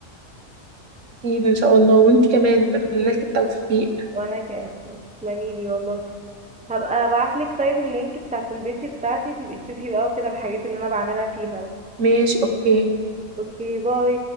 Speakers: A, on the right; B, in the centre.
A: اكيد ان شاء الله وانت كمان بتمنى لك التوفيق
B: وانا كمان تسلمي لي والله هبقى ابعتلك طيب اللينك بتاعت البيج بتاعتي تبقي تشوفي بقى وكده الحاجات اللي انا بعملها فيها
A: ماشي اوكي
B: اوكي باي